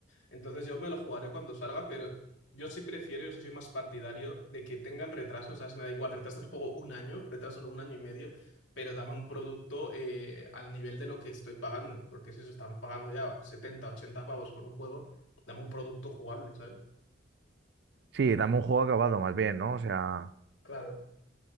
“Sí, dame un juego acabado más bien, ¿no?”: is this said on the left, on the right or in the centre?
Right